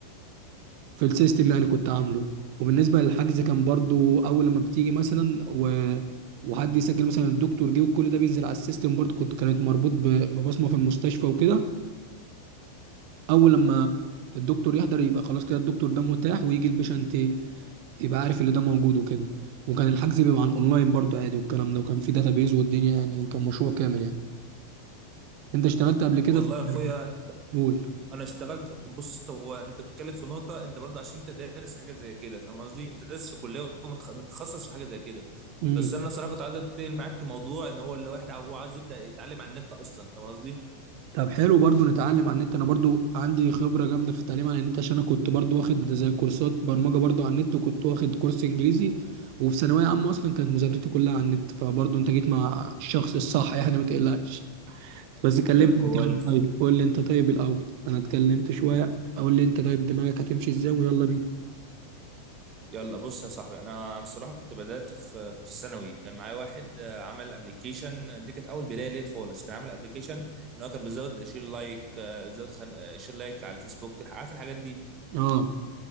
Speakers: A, on the right; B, on the right.
A: في السيستم اللي انا كنت عامله وبالنسبه للحجز كان برضو اول لما بتيجي مثلا و... وحد يسجل مثلا الدكتور جه وكل ده بينزل على السيستم برضو كنت كانت مربوط ب... ببصمه في المستشفى وكده اول لما الدكتور يحضر يبقى خلاص كده الدكتور ده متاح ويجي البيشنت يبقى عارف اللي ده موجود وكده وكان الحجز بيبقى عن اونلاين برضو عادي والكلام ده وكان في داتابيز والدنيا يعني كان مشروع كامل يعني انت اشتغلت قبل كده
B: والله
A: في
B: يا
A: <laughs>
B: اخويا أن- انا اشتغلت بص هو انت بتتكلم في نقطه انت برضه عشان انت دارس حاجه زي كده فاهم قصدي انت دارس في كليه ومتخصص في حاجه زي كده
A: قول
B: بس انا صراحه كنت عايز اتكلم معاك في موضوع ان هو اللي واحد هو عايز يبدا يتعلم على النت اصلا فاهم قصدي
A: طب حلو برضو نتعلم على النت انا برضو عندي خبرة جامدة في التعليم على النت عشان انا كنت برضو واخد زي كورسات برمجة برضو على النت وكنت واخد كورس انجليزي وفي ثانوية عامة اصلا كانت مذاكرتي كلها على النت فبرضو انت جيت مع الشخص الصح يعني ما تقلقش بس كلمت
B: طب كويس
A: انت مين طيب قول لي انت طيب الاول انا اتكلمت شوية قول لي انت طيب دماغك هتمشي ازاي ويلا بينا
B: يلا بص يا صاحبي انا انا الصراحه كنت بدات في في الثانوي كان معايا واحد آه، عمل ابلكيشن دي كانت اول بدايه ليه خالص كان عامل ابلكيشن ان هو كان بيزود شير لايك آه، بيزود خم... آه، شير لايك على الفيسبوك الح- عارف الحاجات دي
A: اه